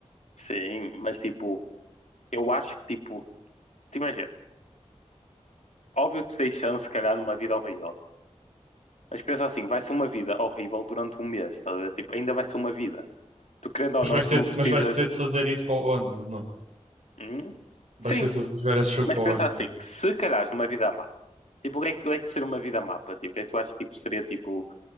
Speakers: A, on the left; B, on the right.
A: Sim, mas tipo, eu acho que tipo, te imagina, óbvio que tu tens chance, se calhar, numa vida horrível. Mas pensa assim, vai ser uma vida horrível durante um mês, estás a ver? Tipo, ainda vai ser uma vida. Tu querendo ou
B: Mas
A: não,
B: vais
A: tu
B: ter,
A: não precisas.
B: mas vais ter de fazer isso para o ano de novo.
A: Hum? Sim,
B: Vais ter de jogar esse jogo
A: mas
B: para
A: pensa
B: o ano
A: assim,
B: de novo.
A: se calhar numa vida má, tipo, o que é que, o que é que seria uma vida má para ti? O que é que tu achas que tipo, seria tipo,